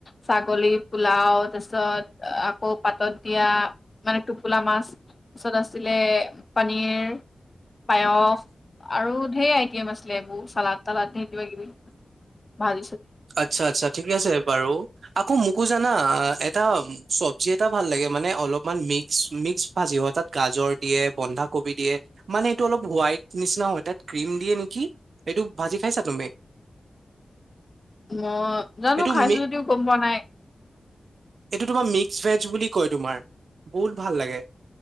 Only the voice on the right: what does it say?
আচ্ছা আচ্ছা ঠিকে আছে বাৰু। আকৌ মোকো জানা এটা চব্জি এটা ভাল লাগে মানে অলপমান মিক্স মিক্স ভাজি হোৱা তাত গাজৰ দিয়ে বন্ধাকবি দিয়ে মানে এইটো অলপ হোৱাইট নিচিনা হয় তাত ক্ৰীম দিয়ে নেকি! এইটো ভাজি খাইছা তুমি?
এইটো
মি
এইটো তোমাৰ মিক্সড ভেজ বুলি কয় তোমাৰ বহুত ভাল লাগে।